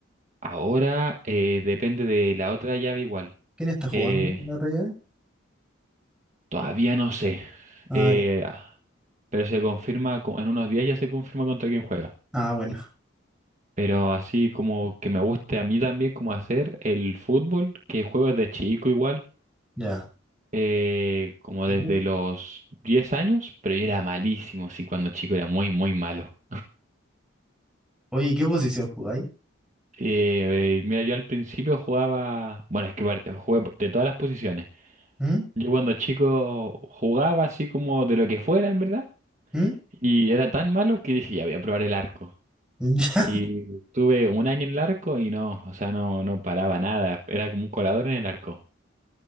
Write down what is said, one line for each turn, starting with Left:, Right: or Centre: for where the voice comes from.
Right: Ahora eh, depende de la otra llave igual.
Centre: ¿Quién está jugando
Right: Eh,
Centre: en la otra llave?
Right: Todavía no sé.
Centre: Ah,
Right: Eh,
Centre: ya.
Right: pero se confirma, co- en unos días ya se confirma contra quién juega.
Centre: Ah, bueno.
Right: Pero así como que me guste a mí también como hacer el fútbol, que juego desde chico igual,
Centre: Ya.
Right: eh, como
Centre: ¿Qué-
Right: desde los 10 años, pero yo era malísimo, sí, cuando chico era muy, muy malo.
Centre: Oye, ¿qué posición jugáis?
Right: Eh, eh, mira, yo al principio jugaba, bueno, es que par- jugué de todas las posiciones.
Centre: ¿Mm?
Right: Yo cuando chico jugaba así como de lo que fuera, en verdad,
Centre: ¿Mm?
Right: y era tan malo que dije, ya voy a probar el arco.
Centre: <laughs> Ya.
Right: Y tuve un año en el arco y no, o sea, no, no paraba nada, era como un colador en el arco.